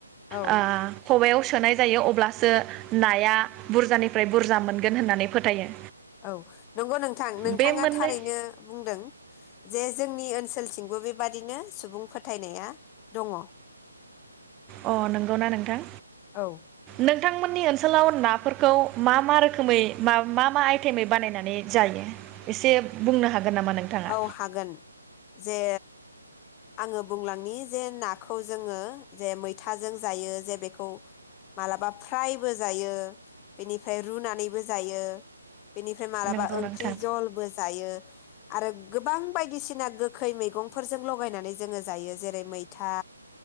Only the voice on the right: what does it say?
आ खबाइयाव सोनाय जायो अब्लासो नाया बुरजानिफ्राय बुरजा मोनगोन होननानै फोथायो।
बे मोननै
अ नंगौना नोंथां
नोंथांमोननि ओ नसोलाव नाफोरखौ मा मा रोखोमै मा मा आइटेमै बानायनानै जायो एसे बुंनो हागोन नामा नोंथाङा
नंगौ
नोंथां